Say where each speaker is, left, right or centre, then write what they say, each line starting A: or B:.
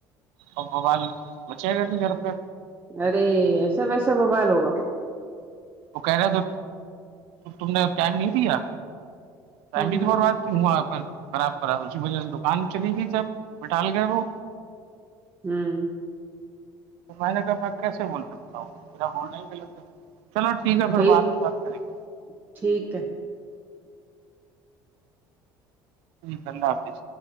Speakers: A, on the right (about 80°); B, on the right (about 20°).
A: اور بوال بچے گا نہیں گھر پہ
B: ارے ایسا ویسا بوال ہوگا
A: تو کہہ رہے تم نے ٹائم نہیں دیا ٹائم
B: ہوں
A: بھی تو برباد وہاں پ خراب خراب اسی وجہ سے دکان چلی گئی جب مٹال گئے وہ
B: ہوں
A: تو میں نے کہا میں کیسے بول سکتا ہوں میرا بولنا ہی کہل سے چلو ٹھیک ہے
B: کہئی
A: پھر بع میں بات کریں گے
B: <unintelligible>
A: ٹھیک ہے اللہ حافظ